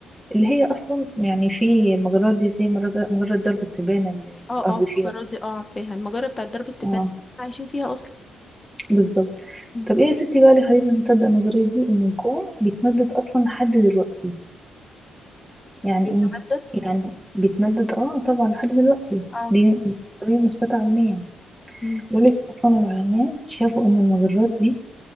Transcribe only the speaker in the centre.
اللي هي اصلا يعني في المجرات دي زي مرج- مجرة درب التبانة اللي
الارض
فيها
اه
بالظبط
طب ايه يا ستي بقى اللي خلينا نصدق النظرية دي ان الكون بيتمدد اصلا لحد دلوقتي يعني
ايه يعني بيتمدد اه طبعا لحد دلوقتي
دي دي نظرية مثبتة علميا
يقولك اصلا العلماء شافوا ان المجرات دي